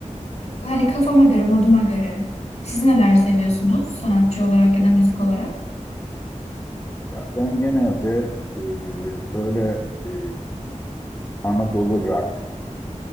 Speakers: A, on the left; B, on the left.
A: Hani kafama göre, moduma göre. Siz neler seviyorsunuz sanatçı olarak ya da müzik olarak?
B: Ya ben genelde e, böyle e, Anadolu rock